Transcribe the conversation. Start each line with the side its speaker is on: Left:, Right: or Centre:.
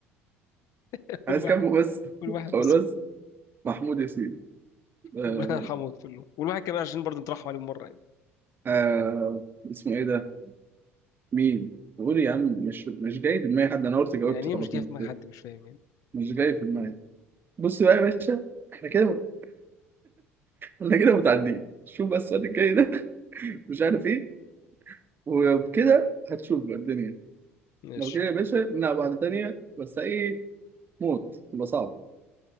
Left: <laughs> كل
Right: عايز
Left: واحد
Right: كام بس
Left: كل واحد
Right: قول
Left: بس
Right: محمود ياسين آه
Left: ربنا يرحمه ويغفر له والواحد كمان عشان برضه نترحم عليه مره يعني
Right: آه اسمه ايه ده مين قول يا عم مش مش جاي في دماغي حد انا قلت جاوبت
Left: يعني
Right: خلاص
Left: ايه مش جاي
Right: ما
Left: في دماغ
Right: قلت-
Left: حد مش فاهم يعني
Right: مش جاي في دماغي بص بقى يا باشا احنا كده احنا كده متعدين شوف بس السؤال الجاي ده <laughs> مش عارف ايه وبكده هتشوف بقى الدنيا
Left: ماشي
Right: لو كده يا باشا نلعب واحدة تانية بس ايه موت تبقى صعبة